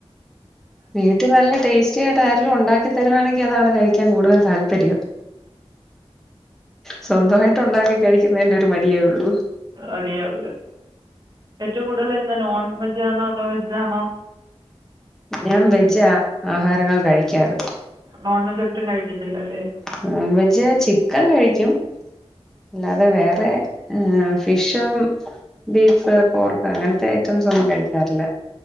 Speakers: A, in the centre; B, on the right.
A: വീട്ടി നല്ല ടേസ്റ്റി ആയിട്ട് ആരെലും ഒണ്ടാക്കി തരുവാണെങ്കി അതാണ് കഴിക്കാൻ കൂടുതൽ താല്പര്യം സ്വന്തവായിട്ട് ഒണ്ടാക്കി കഴിക്കുന്നതിന്റെ ഒരു മടിയേ ഒള്ളൂ
B: മടിയെ ഒള്ള് ഏറ്റവും കൂടുതൽ എന്താ നോൺ വെജാണോ അതോ വെജാണോ?
A: ഞാൻ വെജാ ആഹാരങ്ങൾ കഴിക്കാറ്
B: നോൺ വെജ് ഒട്ടും കഴിക്കത്തില്ലാല്ലേ
A: നോൺ വെജ് ചിക്കൻ കഴിക്കും അല്ലാതെ വേറെ ഫിഷും ബീഫ് പോർക്ക് അങ്ങൻത്തെ ഐറ്റംസ് ഒന്നും കഴിക്കാറില്ലാ